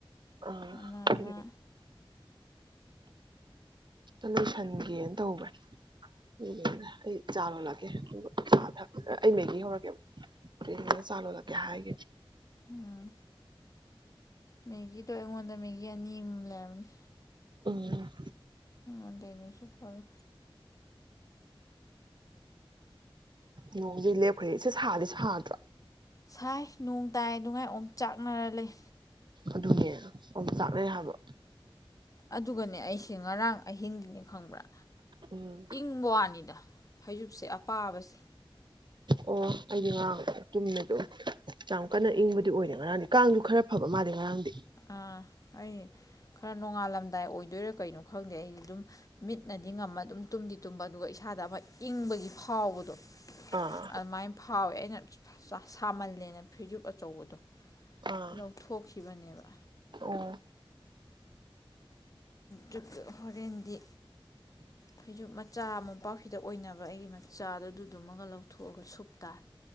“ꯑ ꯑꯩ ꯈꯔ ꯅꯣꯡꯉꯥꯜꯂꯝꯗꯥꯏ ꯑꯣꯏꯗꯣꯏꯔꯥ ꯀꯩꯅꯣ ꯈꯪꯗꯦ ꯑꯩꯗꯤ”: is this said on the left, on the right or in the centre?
Left